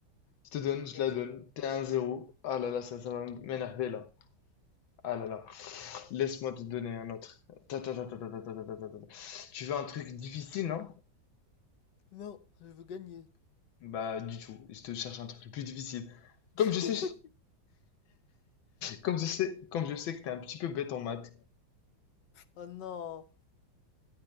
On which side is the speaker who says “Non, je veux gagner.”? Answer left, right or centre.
Left